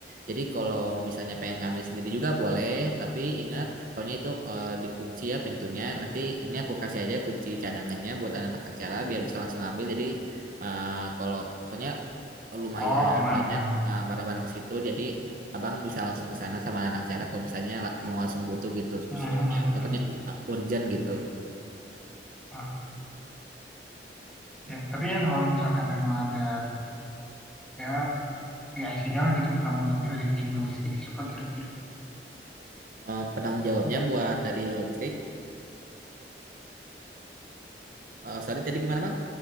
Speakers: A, on the right; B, in the centre.
A: Jadi kalau misalnya pengen ngambil sendiri juga boleh, tapi ingat soalnya itu eh, dikunci ya pintunya. Nanti ini aku kasih aja kunci cadangannya buat anak acara biar bisa langsung ambil. Jadi eh, kalau soalnya lumayan
B: Oh aman
A: banyak
B: aman aman.
A: uh, barang-barang di situ. Jadi abang bisa langsung ke sana sama anak cara kalau misalnya la- mau langsung butuh gitu.
B: Mhm.
A: Soalnya takutnya u- uh, urgent gitu.
B: Ah,
A: Nah,
B: ya. Tapi kan kalau misalkan memang ada ya PIC-nya lah gitu penanggung jawabnya dari tim logistik siapa kira-kira?
A: eh, penanggung jawabnya buat tadi logistik. Eh, sorry tadi gimana bang?